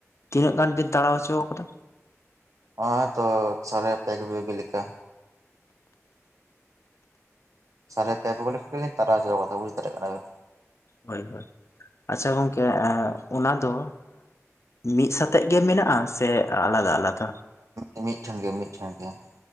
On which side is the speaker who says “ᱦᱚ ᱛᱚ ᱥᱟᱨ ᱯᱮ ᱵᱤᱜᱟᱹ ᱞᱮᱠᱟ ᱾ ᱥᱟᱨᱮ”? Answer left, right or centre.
Right